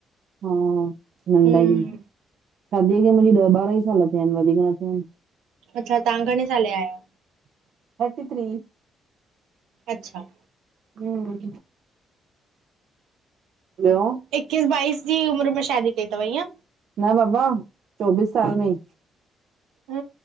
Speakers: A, on the right; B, on the right.
A: हा,
B: हम्म
A: नंढा ई इन। शादीअ खे मुंजी ॾह ॿारहं ई साल थिया आहिन वधीक न थिया आहिन।
B: अच्छा तव्हां घणे साले जा आयो?
A: थर्टी थ्री
B: अच्छा
A: हम ॿियो?
B: इकीस बाईस जी उमिर में शादी कई तव ईअं।
A: न बाबा चोबीस साल में।
B: हूम,